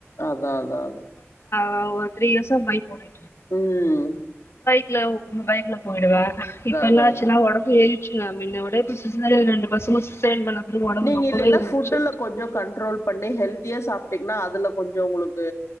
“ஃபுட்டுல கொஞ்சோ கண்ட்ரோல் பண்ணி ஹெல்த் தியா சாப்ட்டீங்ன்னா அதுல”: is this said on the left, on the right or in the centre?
Left